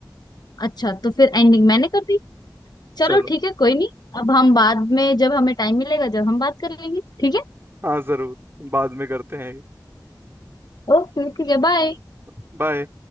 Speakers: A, on the left; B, on the right.
A: अच्छा तो फिर एंडिंग मैंने कर दी चलो
B: चलो
A: ठीक है कोई नहीं अब हम बाद में जब हमें टाइम मिलेगा जब हम बात कर लेंगे ठीक है
B: हाँ जरूर बाद में करते हैं
A: ओके ठीक है बाय
B: बाय